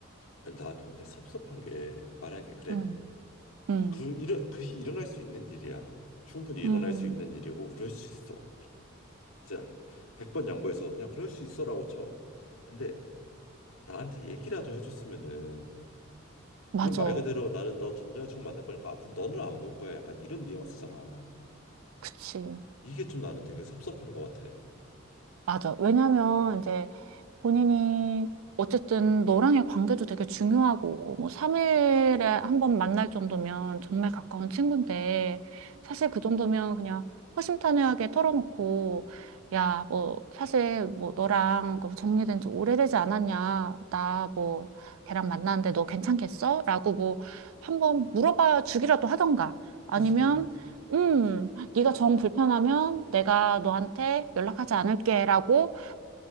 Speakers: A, on the left; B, on the right.
A: 아니, 나는 근데 섭섭한 게 만약에 그래
B: 음, 음.
A: 그 일어 그것이 일어날 수 있는 일이야 나. 충분히 일어날
B: 음,
A: 수 있는 일이고 그럴 수 있어. 이제 백 번 양보해서 그냥 그럴 수 있어라고 쳐. 근데 나한테 얘기라도 해줬으면은
B: 맞아.
A: 이건 말 그대로 나는 너 전 여자친구 만날 거니까 앞으로 너는 안 볼 거야 약간 이런 뉘앙스잖아.
B: 그치.
A: 이게 좀 나는 되게 섭섭한 것 같아.
B: 맞아. 왜냐면 이제 본인이 어쨌든 너랑의 관계도 되게 중요하고 뭐 3일에 한 번 만날 정도면 정말 가까운 친구인데 사실 그 정도면 그냥 허심탄회하게 털어놓고 야, 뭐 사실 뭐 너랑 그 정리된 지 오래되지 않았냐? 나 뭐 걔랑 만났는데 너 괜찮겠어? 라고 뭐 한번 물어봐 주기라도 하던가 아니면
A: 그치,
B: 음, 네가 정 불편하면 내가 너한테 연락하지 않을게라고